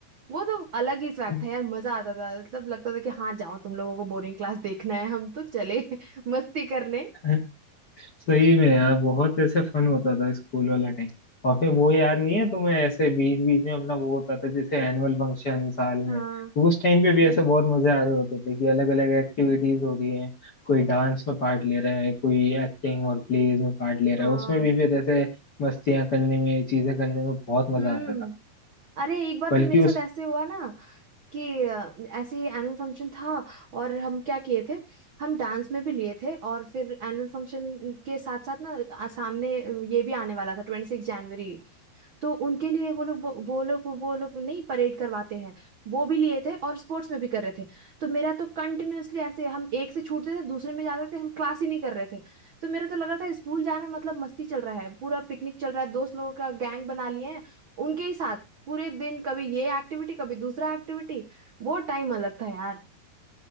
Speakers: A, on the right (about 85°); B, on the left (about 55°).
A: वो तो अलग ही स्वैग
B: गया
A: था यार मजा आता था मतलब लगता था कि हाँ जाओ तुम लोगों को बोरिंग क्लास देखना है हम तो चले <laughs> मस्ती करने
B: <laughs> सही में यार बहुत ऐसे फन होता था स्कूल वाला टाइम और फिर वो याद नहीं है तुम्हें ऐसे बीच बीच में अपना वो होता था जैसे एनुअल फंक्शन साल
A: हाँ
B: में तो उस टाइम पे भी ऐसे बहुत मजे आ रहे होते थे कि अलग अलग एक्टिविटीज हो रही हैं कोई डांस में पार्ट ले रहा है कोई एक्टिंग और प्लेज में पार्ट ले रहा
A: हाँ
B: है उसमें भी फिर ऐसे मस्तियां करने में चीजें करने में बहुत मजा
A: हम्म
B: आता था
A: अरे एक बार
B: बल्कि
A: तो मेरे साथ
B: उस
A: ऐसे हुआ ना कि अ, ऐसे ही एनुअल फंक्शन था और हम क्या किए थे हम डांस में भी लिए थे और फिर एनुअल फंक्शन के साथ साथ ना अ, सामने ये भी आने वाला था ट्वेंटी सिक्स जनवरी तो उनके लिए वो लोग वो वो लोग वो लोग नहीं परेड करवाते हैं वो भी लिए थे और स्पोर्ट्स में भी कर रहे थे तो मेरा तो कंटिन्यूअसली ऐसे हम एक से छूटते थे दूसरे में जाते थे हम क्लास ही नहीं कर रहे थे तो मेरा तो लग रहा था स्कूल जाना मतलब मस्ती चल रहा है पूरा पिकनिक चल रहा है दोस्त लोगों का गैंग बना लिए हैं उनके ही साथ पूरे दिन कभी ये एक्टिविटी कभी दूसरा एक्टिविटी वो टाइम अलग था यार